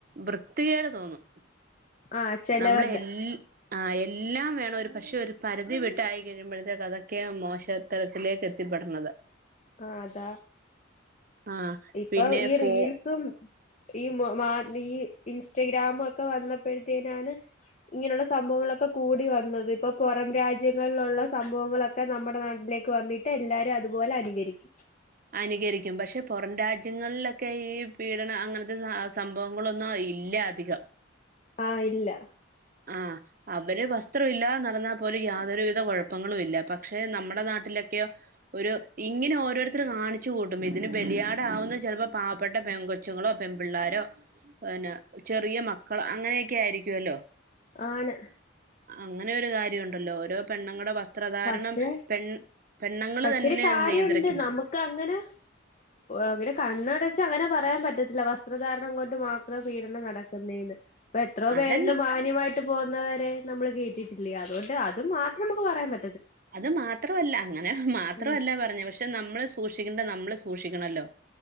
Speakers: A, on the right; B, on the left.
A: വൃത്തി <inaudible> കേട് തോന്നും.
B: ആ ചെലവര്ടെ.
A: നമ്മളെ എല് ആ എല്ലാം വേണം ഒരു പക്ഷെ ഒരു പരിധി വിട്ടായി കഴിയുമ്പോഴത്തേക്ക് അതൊക്കെ മോശത്തരത്തിലേക്ക് എത്തി പെടന്നത്.
B: ആ അതാ.
A: ആഹ്
B: ഇപ്പൊ
A: പിന്നെ
B: ഈ
A: ഫോ
B: റീൽസും. ഈ മ ഈ ഇൻസ്റ്റഗ്രാമ് ഒക്കെ വന്നപ്പോഴത്തേനാണ് ഇങ്ങനുള്ള സംഭവങ്ങളൊക്കെ കൂടി വന്നത് ഇപ്പൊ പുറം രാജ്യങ്ങളിലൊള്ള സ് സംഭവങ്ങളൊക്കെ നമ്മുടെ നാട്ടിലേക്ക് വന്നിട്ട് എല്ലാരും അതുപോലെ അനുകരിക്കും.
A: അനുകരിക്കും പക്ഷെ പുറം രാജ്യങ്ങളിലൊക്കെ ഈ പീഡനം അങ്ങനത്തെ സംഭവങ്ങളൊന്നും ഇല്ല അധികം.
B: ആ ഇല്ല.
A: ആ അവര് വസ്ത്രം ഇല്ലാതെ നടന്നാൽ പോലും യാതൊരു കുഴപ്പങ്ങളും ഇല്ല പക്ഷെ നമ്മുടെ നാട്ടിലൊക്കെയോ ഒരു ഇങ്ങനെ ഓരോരുത്തർ കാണിച്ചു കൂട്ടും ഇതിന് ബെലിയാടാവുന്നേ ചിലപ്പോ പാവപ്പെട്ട പെങ്കൊച്ച്ങ്ങളോ പെമ്പിള്ളാരോ പിന്ന ചെറിയ മക്കൾ അങ്ങനെയൊക്കെ ആയിരിക്കുവല്ലോ.
B: ആണ്.
A: അങ്ങനൊരു കാര്യവുണ്ടല്ലോ ഓരോ പെണ്ണുങ്ങടെ വസ്ത്രധാരണം
B: പക്ഷെ
A: പെൺ പെണ്ണുങ്ങൾ
B: പക്ഷെ
A: തന്നെ
B: ഒരു കാര്യവുണ്ട്
A: നിയന്ത്രിക്കണം
B: നമുക്ക് അങ്ങനെ അങ്ങനെ കണ്ണടച്ച് അങ്ങനെ പറ പറയാൻ പറ്റത്തില്ല വസ്ത്രധാരണം കൊണ്ട് മാത്രം പീഡനം നടക്കുന്നേന്ന് ഇപ്പൊ എത്രോ പേരുണ്ട്
A: അതൽ
B: മാന്യമായി ട്ട് പോകുന്നവരെ നമ്മള് കേട്ടിട്ടില്ലേ അതുകൊണ്ട് അത് മാത്രം നമുക്ക് പറയാൻ പ
A: അത് മാത്രമല്ല അങ്ങനെ മാത്രമല്ല
B: ആ
A: പറഞ്ഞു പക്ഷെ നമ്മള് സൂക്ഷിക്കേണ്ട നമ്മ മ്മള് സൂക്ഷിക്കണല്ലോ.